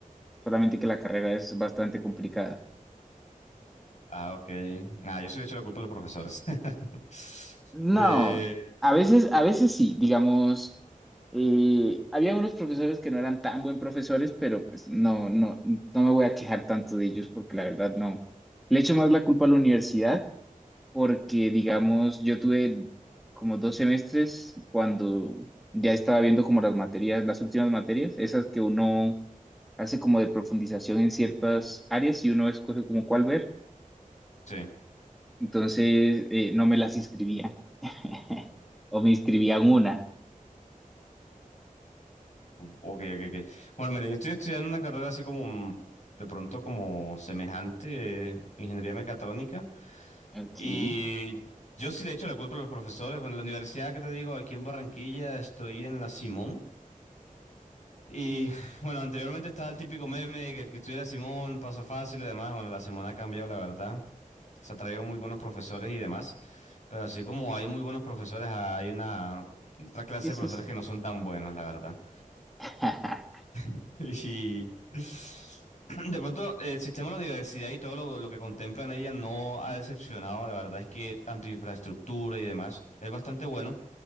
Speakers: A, in the centre; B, on the left (about 55°).
A: solamente que la carrera es bastante complicada.
B: Ah, ok. Ah, yo sí le echo la culpa a los profesores. <laughs>
A: No,
B: Eh,
A: a veces, a veces sí, digamos, eh, había unos profesores que no eran tan buen profesores, pero pues no, no, no me voy a quejar tanto de ellos porque la verdad no. Le echo más la culpa a la universidad porque, digamos, yo tuve como dos semestres cuando ya estaba viendo como las materias, las últimas materias, esas que uno hace como de profundización en ciertas áreas y uno escoge como cuál ver,
B: sí.
A: entonces eh, no me las inscribía <laughs> o me inscribía en una.
B: Ok, ok, ok. Bueno, mira, yo estoy estudiando una carrera así como mm, de pronto como semejante, eh, ingeniería mecatrónica.
A: Ok,
B: Y
A: sí,
B: yo sí le echo la culpa a los profesores. Bueno, en la universidad que te digo, aquí en Barranquilla, estoy en la Simón. Y <laughs> bueno, anteriormente estaba el típico meme de que el que estudia Simón, paso fácil y demás. Bueno, la Simón ha cambiado, la verdad. Se ha traído muy buenos profesores y demás. Pero así como hay muy buenos profesores, hay una otra clase
A: sí,
B: de profesores
A: sí.
B: que no son tan buenos, la verdad.
A: <laughs>
B: <laughs> Y de pronto el sistema de la universidad y todo lo, lo que contempla en ella no ha decepcionado. La verdad es que tanto infraestructura y demás es bastante bueno.